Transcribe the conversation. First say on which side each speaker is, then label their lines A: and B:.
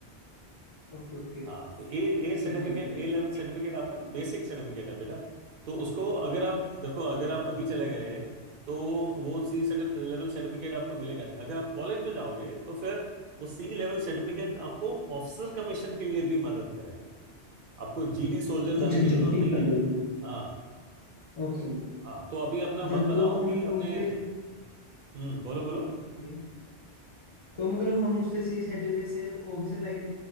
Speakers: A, on the left; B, on the right.
A: Okay okay
B: हाँ A A certificate
A: ठीक है अंकल
B: A
A: जी
B: level certificate आपका ना बेसिक सर्टिफिकेट है बेटा तो उसको अगर आप देखो अगर आप अभी चले गए तो वो सी लेवल सर्टिफिकेट आपको मिलेगा नहीं अगर आप कॉलेज में जाओगे तो फिर वो सी लेवल सर्टिफिकेट आपको ऑफिसर कमीशन के लिए भी मदद करेगा आपको जीडी सोल्जर जाने
A: अच्छा अच्छा
B: की जरूरत
A: ठीक
B: नहीं
A: है अंकल
B: है
A: जी
B: हाँ
A: ओके
B: हाँ तो अभी अपना
A: अच्छा
B: मन बनाओ
A: तो हम
B: कि अपने
A: उससे
B: हम्म बोलो बोलो
A: जी तो मतलब हम उससे सी सर्टिफिकेट से ऑफिसर लाइन